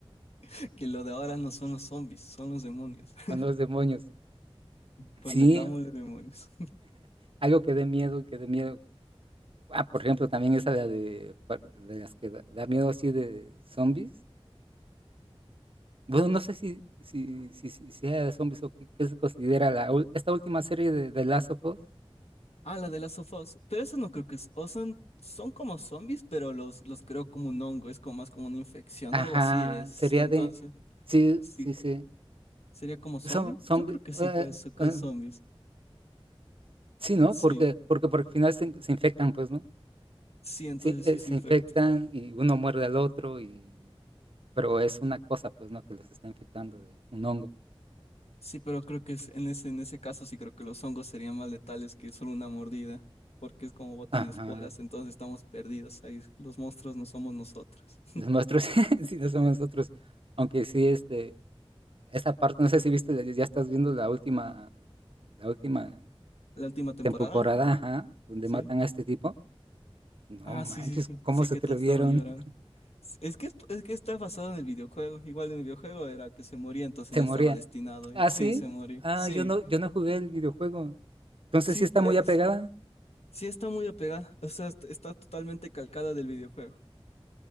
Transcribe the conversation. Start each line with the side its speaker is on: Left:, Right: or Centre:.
Left: <laughs> que lo de ahora no son los zombies, son los demonios. <laughs>
Right: son los demonios.
Left: Pues
Right: Sí,
Left: metamos los demonios.
Right: algo que dé miedo, que dé miedo. Ah, por ejemplo, también esa de, de, pa- de las que da, da miedo así de zombies. Bueno, no sé si, si, si, si sea de zombies o qué, qué se considera la, ul- esta última serie de, de Last of Us.
Left: Ah, la de las of Us. Pero eso no creo que es. O son, son como zombies, pero los, los creo como un hongo. Es como más como una infección,
Right: Ajá,
Left: algo así es. Sí,
Right: sería
Left: entonces.
Right: de... Sí,
Left: Sí.
Right: sí, sí.
Left: ¿Sería como zombie?
Right: Son, son...
Left: Yo
Right: vi-
Left: creo que sí,
Right: eh,
Left: que es, que
Right: eh,
Left: es zombies.
Right: sí, ¿no?
Left: Sí.
Right: Porque, porque, porque al final se, se infectan, pues, ¿no?
Left: Sí, entonces
Right: Sí, eh,
Left: sí se
Right: se
Left: infecta.
Right: infectan y uno muerde al otro y... Pero es una cosa, pues, ¿no? Que los está infectando de un hongo.
Left: Sí, pero creo que es, en ese, en ese caso sí creo que los hongos serían más letales que solo una mordida. Porque es como botan
Right: Ajá.
Left: esporas, entonces estamos perdidos ahí. Los monstruos no somos nosotros.
Right: Los nuestros, <laughs> sí, no somos nosotros. Aunque sí, este... Esa parte, no sé si viste, ya ya estás viendo la última... La última
Left: La última temporada.
Right: temporada, ajá, donde
Left: Sí.
Right: matan a este tipo. No
Left: Ah,
Right: manches,
Left: sí, sí, sí,
Right: ¿cómo
Left: sí
Right: se
Left: que
Right: atrevieron?
Left: todos estaban llorando.
Right: <laughs>
Left: S- Es que, es que está basado en el videojuego. Igual en el videojuego era que se moría, entonces
Right: Se
Left: ya
Right: moría.
Left: estaba destinado
Right: Ah,
Left: ya. Sí,
Right: sí.
Left: se moría.
Right: Ah,
Left: Sí,
Right: yo no, yo no jugué el videojuego. Entonces
Left: sí,
Right: sí está
Left: que
Right: muy apegada.
Left: es- sí está muy apegada. O sea, est- está totalmente calcada del videojuego.